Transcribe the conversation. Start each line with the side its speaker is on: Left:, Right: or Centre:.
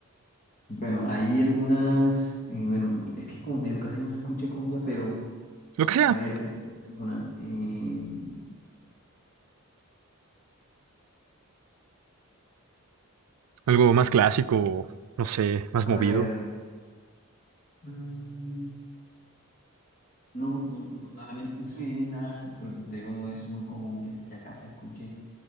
Left: Bueno, hay algunas, y bueno, es que como te digo, casi no se escucha cumbia, pero
Right: Lo que sea,
Left: A ver, pensemos en una. em,
Right: algo más clásico, no sé, más
Left: a
Right: movido.
Left: ver. mm, no, no, no, a la mente no se me viene nada, porque como te digo, no es muy común que, que acá se escuche.